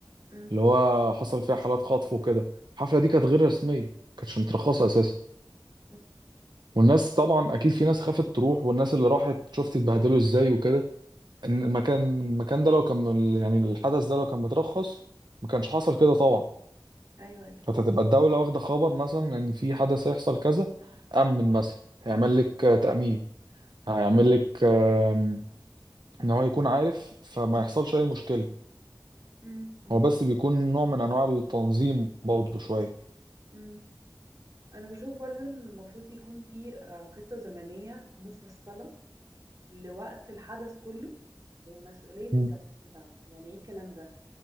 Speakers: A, on the right; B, on the right.
A: مم.
B: اللي هو حصل فيها حالات خطف وكده الحفله دي كانت غير رسميه ما كانتش مترخصه اساسا
A: مم.
B: والناس طبعا اكيد في ناس خافت تروح والناس اللي راحت شفت اتبهدلوا ازاي وكده إن المكان
A: ايوه
B: المكان ده لو كان يعني الحدث ده لو كان مترخص ما كانش حصل كده طبعا
A: ايوه اكيد
B: فتبقى الدولة واخدة خبر مثلا إن في حدث هيحصل كذا أمن مثلا هيعمل لك آه، تأمين هيعمل لك آم، إن هو يكون عارف فما يحصلش أي مشكلة
A: مم. مظبوط
B: هو بس بيكون نوع من أنواع التنظيم برضه شوية
A: مم. انا بشوف برضو ان المفروض يكون في آه، خطة زمنية مفصلة لوقت الحدث كله ومسؤولية
B: مم.
A: التنفيذ بتاعته يعني ايه الكلام ده